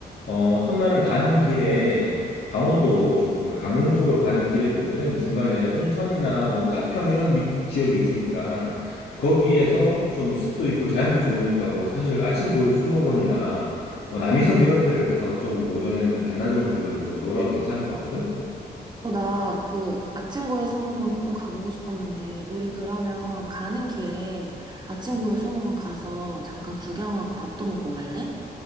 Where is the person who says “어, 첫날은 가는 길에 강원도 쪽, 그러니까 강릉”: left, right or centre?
Left